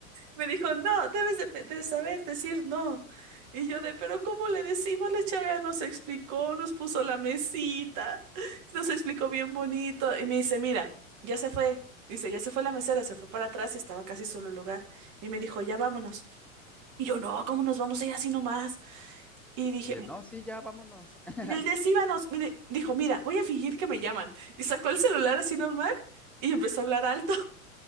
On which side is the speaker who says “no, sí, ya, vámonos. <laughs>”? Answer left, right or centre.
Centre